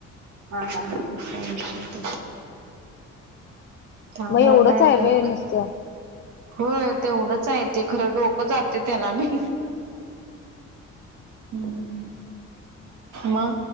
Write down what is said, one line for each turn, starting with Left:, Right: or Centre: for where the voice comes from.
Right: हा हा विषयत त्यामुळे
Left: मग एवढंच
Right: काय एवढं
Left: आहे व्हय नुसतं.
Right: हो तेवढंच आहे ते खरं डोक. जाते त्याला बी. हम् मा.